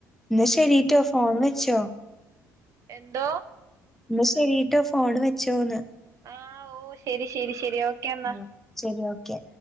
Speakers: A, in the centre; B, on the right.
A: ഇന്നാ ശെരിട്ടോ ഫോൺ വെച്ചോ
B: എന്തോ
A: ഇന്നാ ശെരിട്ടോ ഫോണ് വെച്ചോന്ന്
B: ആഹ് ഓ ശരി ശരി ശരി ഓക്കെ എന്നാ
A: ആഹ് ശരി ഓക്കെ